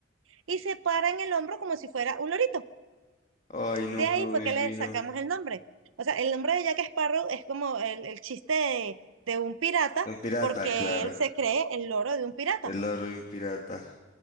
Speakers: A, on the right; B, on the left.
A: y se para en el hombro como si fuera un lorito.
B: Ay, no,
A: De ahí
B: pero
A: fue
B: divino.
A: que le sacamos el nombre. O sea, el nombre de Jack Sparrow es como el, el chiste de de un pirata
B: Un pirata,
A: porque
B: claro.
A: él se cree el loro de un pirata.
B: El loro de un pirata.